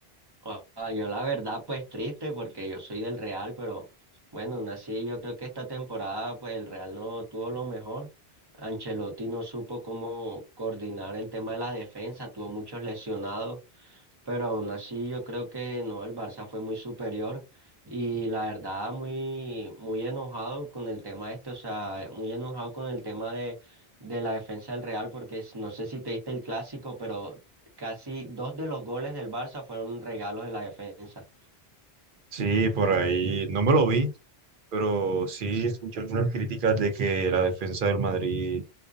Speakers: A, on the right; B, on the right.
A: Ah, yo la verdad, pues triste porque yo soy del Real, pero bueno, nací, yo creo que esta temporada pues el Real no tuvo lo mejor. Ancelotti no supo cómo coordinar el tema de la defensa, tuvo muchos lesionados. Pero aún así yo creo que no, el Barça fue muy superior y la verdad muy, muy enojado con el tema este, o sea, muy enojado con el tema de, de la defensa del Real porque s- no sé si te diste el clásico, pero casi dos de los goles del Barça fueron regalos de la defensa.
B: Sí, por ahí no me lo vi, pero sí escuché algunas críticas de que la defensa del Madrid